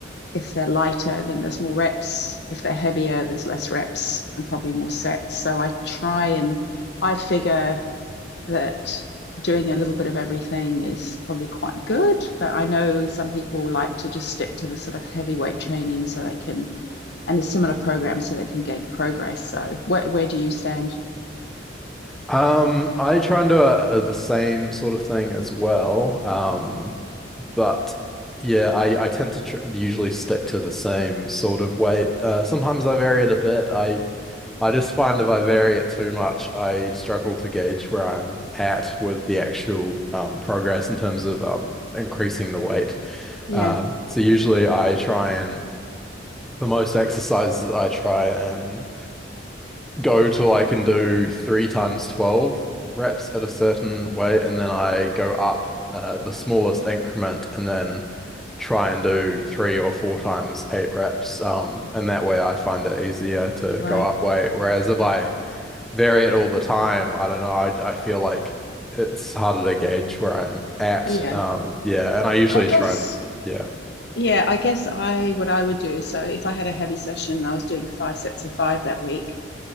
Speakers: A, on the left (about 60°); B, in the centre.
A: if they're lighter, then there's more reps. If they're heavier, there's less reps and probably more sets. So I try and I figure that doing a little bit of everything is probably quite good. But I know some people like to just stick to the sort of heavyweight training so they can, and there's similar programs so they can gauge progress. So where where do you stand?
B: Um, I try and do a, a- the same sort of thing as well. Um, but yeah, I, I tend to tr usually stick to the same sort of weight. Uh, sometimes I vary it a bit. I I just find if I vary it too much, I struggle to gauge where I'm at with the actual um, progress in terms of um, increasing the weight.
A: Yeah,
B: Uh, so usually I try and for most exercises I try and go till I can do three times 12 reps at a certain weight, and then I go up uh, the smallest increment and then try and do three or four times eight reps. Um, and that way I find it easier to
A: right.
B: go up weight. Whereas if I vary it all the time. I don't know. I I feel like it's harder to gauge where I'm at.
A: Yeah.
B: Um, yeah, and I usually
A: I guess
B: try and yeah.
A: yeah, I guess I what I would do, so if I had a heavy session, I was doing five sets of five that week.